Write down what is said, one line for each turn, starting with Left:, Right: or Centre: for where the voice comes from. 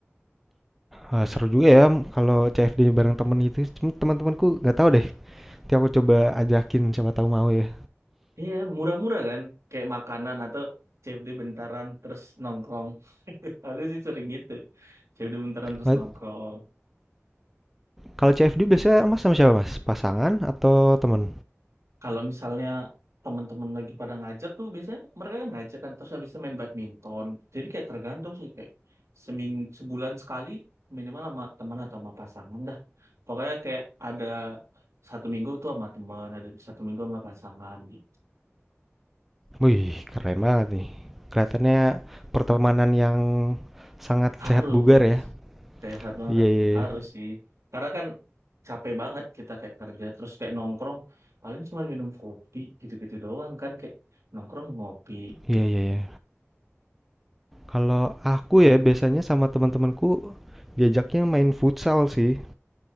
Centre: Eee, seru juga ya kalau CFD bareng temen itu, cuma teman-temanku nggak tahu deh, nanti aku coba ajakin siapa tahu mau ya.
Right: Iya, murah-murah kan? Kayak makanan atau CFD bentaran terus nongkrong. <laughs> Aku sih sering gitu. CFD bentaran terus
Centre: Eee,
Right: nongkrong.
Centre: kalau CFD biasanya Mas sama siapa Mas? Pasangan atau temen?
Right: Kalau misalnya teman-teman lagi pada ngajak tuh biasanya mereka kan ngajak kan terus habis itu main badminton. Jadi kayak tergantung sih kayak seming sebulan sekali minimal sama teman atau sama pasangan dah. Pokoknya kayak ada satu minggu tuh sama teman, ada satu minggu sama pasangan gitu.
Centre: Wih, keren banget nih. Kelihatannya pertemanan yang sangat
Right: Harus
Centre: sehat bugar ya.
Right: sehat banget,
Centre: Iya iya
Right: harus
Centre: iya.
Right: sih. Karena kan capek banget kita kayak kerja terus kayak nongkrong paling cuma minum kopi gitu-gitu doang kan kayak nongkrong ngopi.
Centre: Iya iya iya. Kalau aku ya biasanya sama teman-temanku diajaknya main futsal sih.